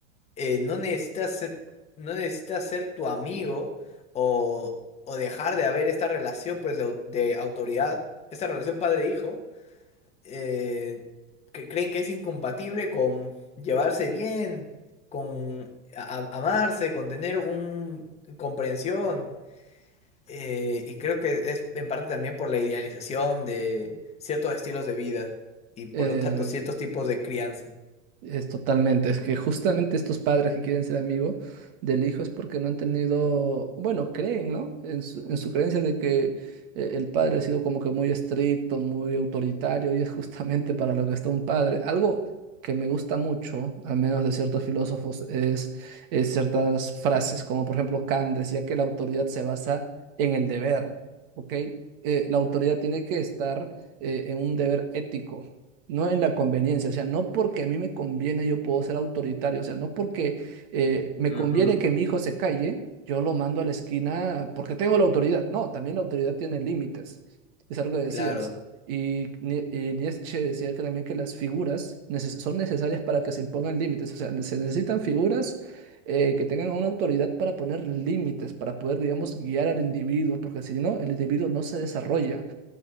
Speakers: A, on the left; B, on the right.
A: eh, no necesitas ser, no necesitas ser tu amigo o, o dejar de haber esta relación pues de, au- de autoridad, esta relación padre-hijo. eh, que creen que es incompatible con llevarse bien, con a- a- amarse, con tener un comprensión. Eh, y creo que es en parte también por la idealización de ciertos estilos de vida y por
B: Eh,
A: lo tanto ciertos tipos de crianza.
B: Es totalmente, es que justamente estos padres que quieren ser amigos del hijo es porque no han tenido, bueno, creen, ¿no? En su, en su creencia de que eh, el padre ha sido como que muy estricto, muy autoritario y es justamente para lo que está un padre. Algo que me gusta mucho, al menos de ciertos filósofos, es, es ciertas frases, como por ejemplo Kant decía que la autoridad se basa en el deber, ¿ok? Eh, la autoridad tiene que estar eh, en un deber ético. No en la conveniencia, o sea, no porque a mí me conviene yo puedo ser autoritario, o sea, no porque eh, me
A: Ujú,
B: conviene que mi hijo se calle, yo lo mando a la esquina porque tengo la autoridad. No, también la autoridad tiene límites, es algo que decías.
A: Claro,
B: Y, Ni- y Nietzsche decía que también que las figuras neces- son necesarias para que se impongan límites, o sea, ne- se necesitan figuras eh, que tengan una autoridad para poner límites, para poder, digamos, guiar al individuo, porque si no, el individuo no se desarrolla.